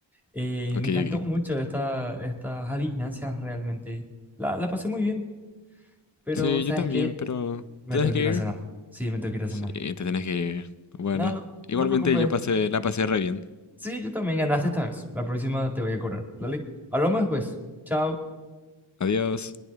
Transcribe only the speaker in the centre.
Eh,
me encantó
mucho esta, estas adivinanzas realmente. La, la pasé muy bien, pero
¿sabes
qué?
Me
tengo que
ir
a cenar. Sí, me tengo que ir a cenar.
No, no,
no te preocupes.
Sí, yo también ganaste esta vez. La próxima te voy a cobrar. Dale. Hablamos después. Chao.